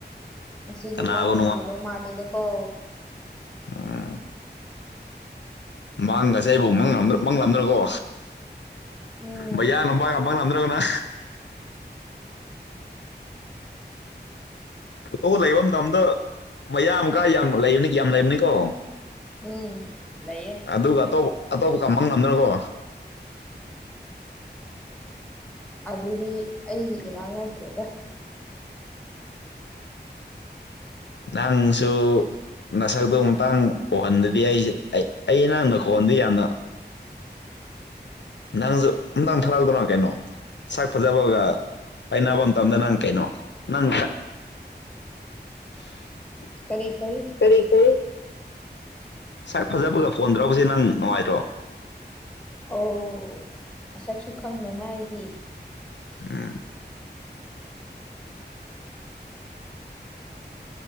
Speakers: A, in the centre; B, on the left.
A: ꯉꯁꯤꯗꯤ
B: ꯀꯅꯥꯕꯨ
A: ꯃꯪ ꯅꯨꯡꯉꯥꯏꯗꯧ ꯃꯥꯜꯂꯦꯅꯦꯀꯣ
B: ꯑ ꯃꯪ ꯉꯁꯦ ꯑꯩꯕꯨ ꯃꯪꯂꯝꯗ꯭ꯔꯣ ꯃꯪꯂꯝꯂꯝꯗ꯭ꯔꯀꯣ
A: ꯎꯝ
B: ꯃꯌꯥꯡ ꯅꯄꯥꯄ ꯉꯝꯗ꯭ꯔꯒꯅ ꯐꯣꯇꯣ ꯂꯩꯕ ꯃꯇꯝꯗ ꯃꯌꯥ ꯑꯃꯀ ꯌꯥꯝ ꯂꯩꯕꯅꯤ ꯌꯥꯝ ꯂꯩꯕꯅꯤꯀꯣ
A: ꯎꯝ ꯂꯩꯌꯦ
B: ꯑꯗꯨꯒ ꯑꯇꯣꯞ ꯑꯇꯣꯞꯄ ꯀꯝꯕ ꯉꯝꯗꯅꯀꯣ
A: ꯑꯗꯨꯗꯤ ꯑꯩꯒꯤ ꯏꯔꯥꯡ ꯅꯠꯇ꯭ꯔꯦꯗ
B: ꯅꯥꯡꯁꯨ ꯅꯁꯛꯇꯨ ꯃꯇꯥꯡ ꯎꯍꯟꯗꯗꯤ ꯑꯩꯁꯦ ꯑꯩ ꯅꯛ ꯅꯈꯣꯟꯗ ꯌꯥꯝꯅ ꯅꯪꯁꯨ ꯅꯪ ꯊꯥꯔꯥꯜꯗꯣ ꯀꯩꯅꯣ ꯁꯛ ꯐꯖꯕꯒ ꯄꯥꯏꯅꯕ ꯃꯇꯝꯗ ꯅꯪ ꯀꯩꯅꯣ ꯅꯪ <unintelligible>
A: ꯀꯔꯤ ꯀꯔꯤ
B: ꯀꯔꯤ ꯀꯔꯤ ꯉꯥꯏ ꯐꯖꯕꯒ ꯐꯣꯟ ꯇꯧꯔꯛꯁꯤ ꯅꯪ ꯅꯨꯡꯉꯥꯏꯇ꯭ꯔꯣ
A: ꯑꯣ ꯃꯁꯛꯁꯨ ꯈꯪꯗꯅ ꯑꯩꯗꯤ
B: ꯑ